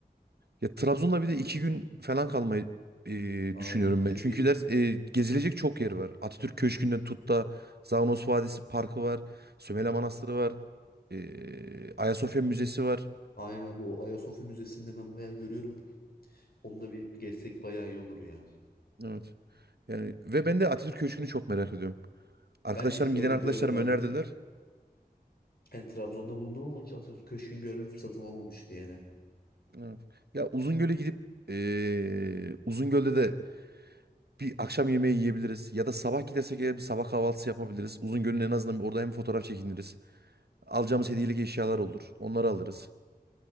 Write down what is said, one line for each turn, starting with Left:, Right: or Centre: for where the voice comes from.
Right: Ya Trabzon'da bir de iki gün falan kalmayı e,
Left: Aynen
Right: düşünüyorum
Left: çünkü
Right: ben. Çünkü ders e, gezilecek çok yer var. Atatürk Köşkü'nden tut da Zagros Vadisi Parkı var. Sümele Manastırı var. E, Ayasofya Müzesi var.
Left: aynen bu Ayasofya Müzesi'nde ben bayağı görüyorum. Onu da bir gezsek bayağı iyi olur ya.
Right: Evet. Yani ve ben de Atatürk Köşkü'nü çok merak ediyorum. Arkadaşlarım
Left: Ben de hiç gör
Right: giden
Left: görmedim
Right: arkadaşlarım
Left: abi.
Right: önerdiler.
Left: Yani Trabzon'da bulundum ama hiç Atatürk Köşkü'nü görme fırsatım olmamıştı yani.
Right: Evet. Ya Uzungöl'e gidip e, Uzungöl'de de Bir akşam yemeği yiyebiliriz ya da sabah gidersek eğer bir sabah kahvaltısı yapabiliriz. Uzungöl'ün en azından orada hem fotoğraf çekiniriz. Alacağımız hediyelik eşyalar olur. Onları alırız.